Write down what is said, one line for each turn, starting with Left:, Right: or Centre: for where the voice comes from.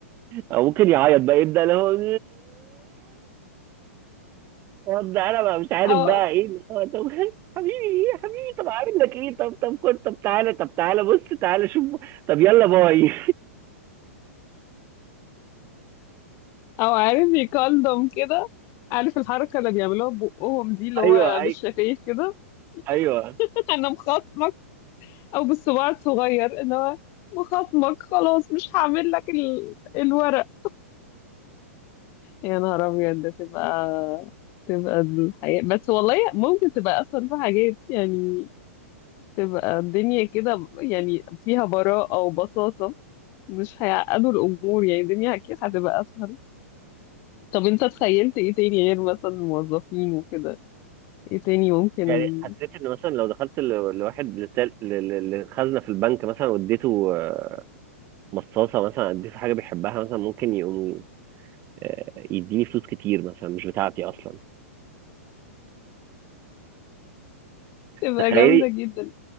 Right: او ممكن يعيط بقى يبدا اللي هو <laughs> رد انا بقى مش عارف
Left: او
Right: بقى ايه اللي هو طب <laughs> حبيبي ايه يا حبيبي طب عامل لك ايه طب طب خد طب تعالى طب تعالى بص تعالى شوف طب يلا باي
Left: او عارف يكلم كده عارف الحركة اللي بيعملوها ببقهم
Right: <laughs>
Left: دي اللي هو
Right: ايوه ايوه
Left: بالشفايف كده
Right: ايوه
Left: <laughs> انا مخاصمك او بالصباع الصغير اللي هو مخاصمك خلاص مش هعمل لك ال... الورق يا نهار ابيض ده تبقى تبقى الحياة بس والله ممكن تبقى اسهل في حاجات يعني تبقى الدنيا كده يعني فيها براءة وبساطة مش هيعقدوا الامور يعني الدنيا اكيد هتبقى اسهل طب انت تخيلت ايه تاني غير مثلا الموظفين وكده ايه تاني ممكن
Right: يعني حسيت ان مثلا لو دخلت ل- لواحد لتل- ل- ل- لخزنه في البنك مثلا واديته آه، مصاصه مثلا اديته حاجه بيحبها مثلا ممكن يقوم آه، يديني فلوس كتير مثلا مش بتاعتي اصلا
Left: تبقى
Right: تخيلي
Left: جامدة جدا